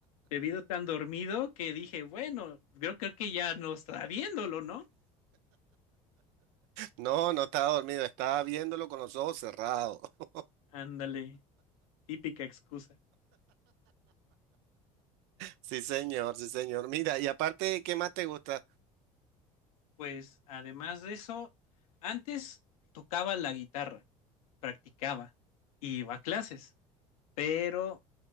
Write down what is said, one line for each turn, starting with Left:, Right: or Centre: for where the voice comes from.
Left: te vi tan dormido que dije, bueno, creo, creo que ya no está viéndolo, ¿no?
Right: No, no estaba dormido, estaba viéndolo con los ojos cerrados. <laughs>
Left: Ándale, típica excusa.
Right: Sí, señor, sí, señor. Mira, y aparte, ¿qué más te gusta?
Left: Pues además de eso, antes tocaba la guitarra, practicaba, iba a clases. pero